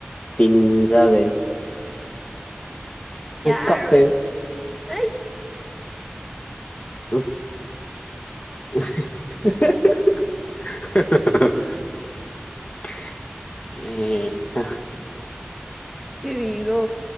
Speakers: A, on the left (about 35°); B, in the centre.
A: ꯇꯤꯟ ꯆꯗꯅꯤ
B: ꯌꯥꯔꯣꯏ
A: ꯀꯞꯇꯣꯏꯅꯤ
B: ꯑꯦ
A: ꯑ <unintelligible> ꯍ
B: ꯀꯔꯤꯔꯣ